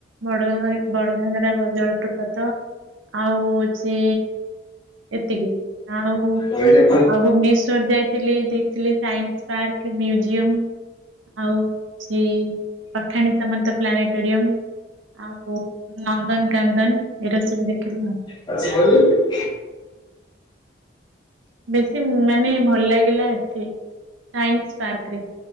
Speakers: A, on the right; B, on the left.
A: ବଡଗା ବଡଘାଗରା ଜଳପ୍ରପାତ। ଆଉ ଅଛି ଏତିକି ଆଉ।
B: ହ <unintelligible>
A: ଆଉ ଭୁବନେଶ୍୍ୱଵର ଯାଇଥିଲି ଦେଖଥିଲି ସାଇନ୍ସ ପାର୍କ ମୁଜିୟମ ଆଉ। ହଉଛି ପଠାଣି ସାମନ୍ତ ପ୍ଲାନେଟୋରିୟମ୍। ଆଉ ନନ୍ଦନ କାନ୍ଦନ ଏରା ସବୁ ଦେଖିଲା ଆଉ।
B: ଆ ଭ <unintelligible>
A: ବେଶୀ ମାନେ ଭଲ ଲାଗିଲା ଏଠି। ସାଇନ୍ସ ପାର୍କ ରେ